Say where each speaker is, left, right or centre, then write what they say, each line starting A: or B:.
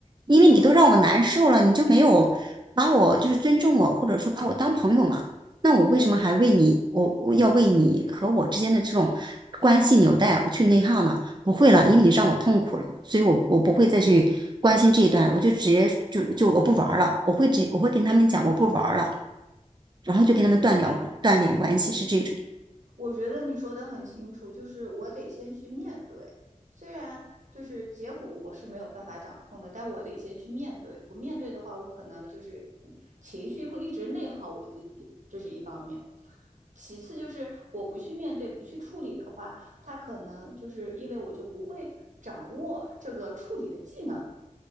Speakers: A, on the right (about 35°); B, on the right (about 80°).
A: 因为你都让我难受了，
B: 嗯，
A: 你就没有把我就是尊重我，或者说把我当朋友嘛。那我为什么还为你，
B: 对，
A: 我我要为你和我之间的这种关系纽带我去内耗呢？不会了，因为你让我痛苦了，
B: 嗯，
A: 所以我我不会再去关心这一段，我就直接就就我不玩儿了，我会直我会跟他们讲我不玩儿了，然后就跟他们断掉断联关系，
B: 我明白。
A: 是这种。
B: 我觉得你说的很清楚，就是我得先去面对，虽然就是结果我是没有办法掌控的，但我得先去面对。不面对的话，我可能就是情绪会一直内耗我自己，这是一方面。其次就是我不去面对、不去处理的话，他可能就是因为我就不会掌握这个处理的技能，